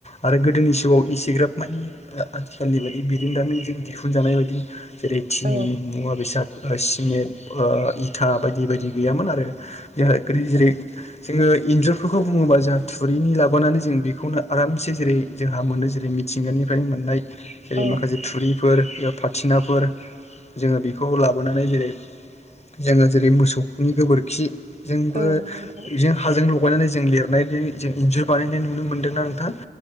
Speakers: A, on the left; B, on the right.
A: आरो गोदोनि समाव इसेग्राब मानि आथिखालनि बायदि बिरोंदामिनजों दिहुनजानाय बायदि जेरै थिं
B: औ
A: मुवा बेसाद सिमेन्ट ओ इथा बायदि बायदि गैयामोन आरो ग्रि ग्रि जेरै जोङो इन्जुरफोरखौ बुङोबा जोंहा थुरिनि लाबोनानै जों बेखौनो आरामसे जेरै जोंहा मोनो जेरै सिंगांनिफ्रायनो मोननाय जेरै
B: औ
A: माखासे थुरिफोर फाथिनाफोर जोङो बेखौ लाबोनानै जेरै जोङो जेरै मोसौनि गोबोरखि जोंबो
B: औ नंगौ नोंथां
A: बिजों हाजों लगायनानै जों लिरनायदि इन्जुर बानायनाय नुनो मोनदोंना नोंथां?